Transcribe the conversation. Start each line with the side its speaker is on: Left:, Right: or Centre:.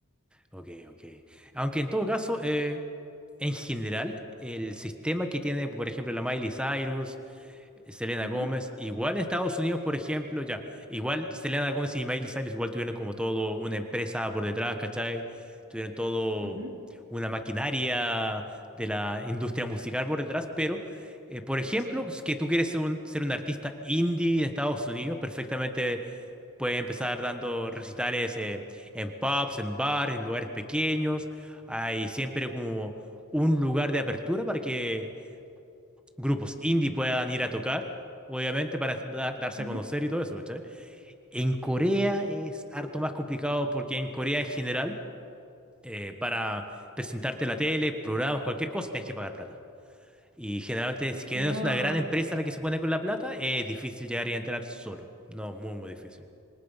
Centre: Ok, ok. Aunque en todo caso, eh, en general, el sistema que tiene, por ejemplo, la Miley Cyrus, eh, Selena
Right: Ujú,
Centre: Gómez, igual en Estados Unidos, por ejemplo, ya, igual Selena Gómez y Miley Cyrus igual tuvieron como todo una empresa por detrás, ¿cachai? Tuvieron todo
Right: ujú,
Centre: una maquinaria de la industria musical por detrás, pero, eh, por ejemplo,
Right: Sí.
Centre: es que tú quieres ser un, ser un artista indie en Estados Unidos, perfectamente Puede empezar dando recitales eh, en pubs, en bares, en lugares pequeños. Hay siempre como un lugar de apertura para que grupos indie puedan ir a tocar, obviamente, para da- darse
Right: Ujú.
Centre: a conocer y todo eso, ¿cachai? En Corea es harto más complicado porque en Corea en general, eh, para presentarte en la tele, programas, cualquier cosa, tienes que pagar plata. Y generalmente, si que
Right: Wow.
Centre: no es una gran empresa la que se pone con la plata, es difícil llegar y entrar solo. No, muy, muy difícil.